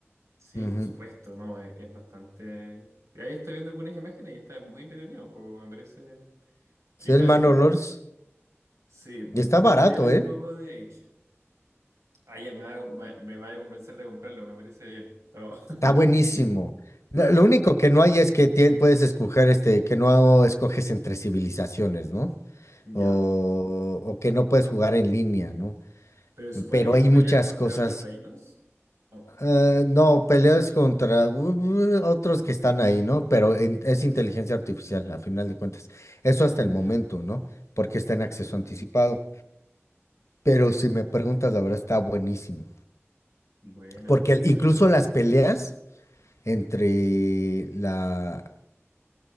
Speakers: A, on the right (about 90°); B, on the left (about 80°).
A: Sí,
B: Ujú.
A: por supuesto, no, es, es bastante. Ahí estoy viendo algunas imágenes y está muy entretenido el juego. Me parece que,
B: Sí,
A: claro,
B: el Manolors.
A: sí, be-
B: Y está barato,
A: bebe un
B: ¿eh?
A: poco de Edge. Ah, ya me va, me vaya a convencer de comprarlo, me parece bien. Está, <laughs>
B: Está buenísimo.
A: está
B: Lo lo
A: buenísimo,
B: único que no
A: sí.
B: hay es que tie- puedes escoger este, que no escoges entre civilizaciones, ¿no?
A: Ya.
B: o, o que no puedes jugar en línea, ¿no?
A: Pero supone
B: Pero
A: que
B: hay
A: tú peleas
B: muchas
A: contra
B: cosas.
A: otros reinos. Oh,
B: eh, no, peleas contra uh, uh, otros que están ahí, ¿no? Pero en- es inteligencia artificial, a final de cuentas. Eso hasta
A: te entiendo.
B: el momento, ¿no? Porque está en
A: claro.
B: acceso anticipado. Pero si me preguntas, la verdad está buenísimo.
A: Buena,
B: Porque el-
A: buena,
B: incluso
A: buena.
B: las peleas entre la,